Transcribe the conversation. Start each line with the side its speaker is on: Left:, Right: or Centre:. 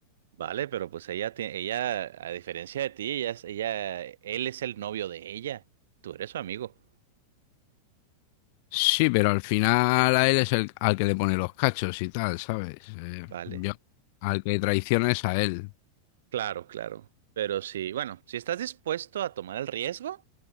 Right: Vale, pero pues ella, tie- ella, a diferencia de ti, ella, es- ella, él es el novio de ella, tú eres su amigo,
Left: Sí, pero al final a él es el al que le pone los cachos y tal, ¿sabes? Eh,
Right: ¿vale?
Left: yo, al que traiciona es a él.
Right: Claro, claro. Pero sí, bueno, si estás dispuesto a tomar el riesgo,